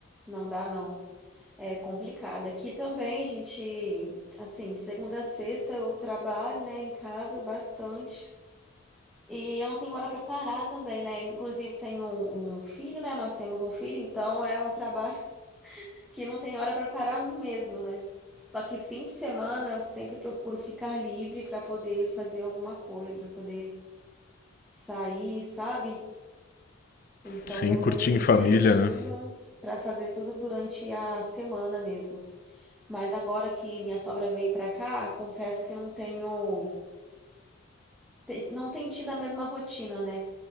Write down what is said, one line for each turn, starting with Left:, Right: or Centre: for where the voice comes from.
Centre: não dá não. É complicado. Aqui também a gente, assim, de segunda a sexta eu trabalho, né, em casa bastante. E eu não tenho hora para parar também, né? Inclusive tenho um, um filho, né? Nós temos um filho, então é um trabalho <laughs> que não tem hora para parar mesmo, né? Só que fim de semana eu sempre procuro ficar livre para poder fazer alguma coisa, para poder sair, sabe? Então
Left: Sim,
Centre: me organizo
Left: curtir em
Centre: direitinho
Left: família, né?
Centre: para fazer tudo durante a semana mesmo. Mas agora que minha sogra veio pra cá, confesso que eu não tenho, te- não tenho tido a mesma rotina, né?